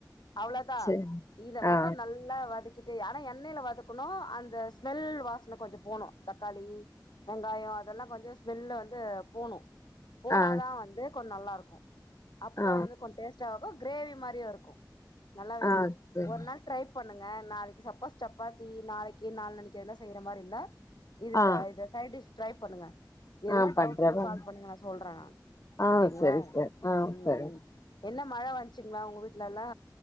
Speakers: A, on the left (about 75°); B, on the left (about 45°).
A: அவ்ளோதா
B: சரி
A: இத மட்டு
B: ஆ
A: நல்லா வதக் ட்டு ஆனா எண்ணெயில வதக்கணும் அந்த ஸ்மெல் வாசன கொஞ்சோ போணும் தக்காளி வெங்காயொ அதெல்லா கொஞ்சோ ஸ்மெல்ல வந்து போணு போனாதான்
B: ஆ
A: வந்து கொஞ் நல்லா இருக்கும் அப்பதா
B: ஆ
A: வந்து கொஞ் பாக்க கிரேவி மாரியு இருக்கும். நல்லாவே
B: ஆ
A: இருக்கும்.
B: சரி
A: ஒரு நாள் ட்ரை பண்ணுங்க நாளைக்கு சப்போஸ் சப்பாத்தி நாளைக்கு நாள் நாளைக்கு எதுனா செய்ற மாரி இருந்தா இது
B: ஆ
A: ச இது சைடிஷ் டிரை பண்ணுங்க. எதுனா
B: ஆ பண்றே
A: டவுட் இருந்தா
B: பாரு
A: கால் பண்ணுங்க நா சொல்றேன் நானு.
B: ஆ
A: ஓகேங்களா
B: சரி சரி ஆ
A: ம்
B: சரி
A: ம் என்ன மழ வந்ச்சுங்களா உங்க வீட்லெல்லா